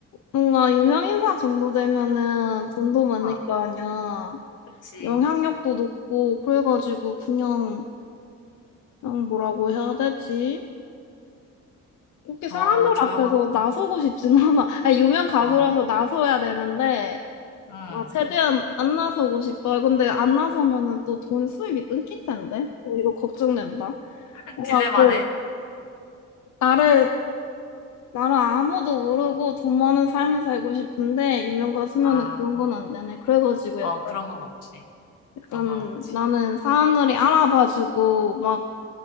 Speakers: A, on the left; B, on the left.
A: 뭔가 유명인사 정도 되면은 돈도 많을
B: 아,
A: 거 아니야.
B: 그치.
A: 영향력도 높고, 그래가지고 그냥, 그냥 뭐라고 해야 되지? 그렇게
B: 더
A: 사람들
B: 조용한
A: 앞에서
B: 곳에서.
A: 나서고 싶진 않아. 아니, 유명 가수라서
B: 어,
A: 나서야 되는데,
B: 음.
A: 막 최대한 안 나서고 싶어. 근데 안 나서면은 또 돈 수입이 끊길 텐데. 어, 이거 걱정된다.
B: <laughs>
A: 뭔가
B: 딜레마네.
A: 그, 나를, 나를 아무도 모르고 돈 많은 삶을 살고 싶은데, 유명 가수면은
B: 아,
A: 그런 건 안 되네. 그래가지고
B: 어,
A: 약-
B: 그런 건 없지.
A: 약간
B: 그런 건 없지.
A: 나는 사람들이 알아봐주고, 막